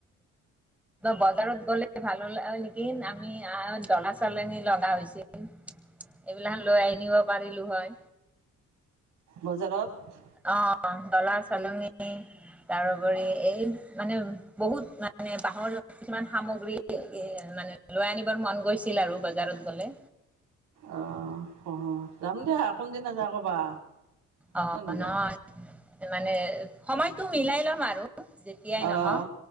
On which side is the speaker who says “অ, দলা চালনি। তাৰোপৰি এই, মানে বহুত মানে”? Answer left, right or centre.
Centre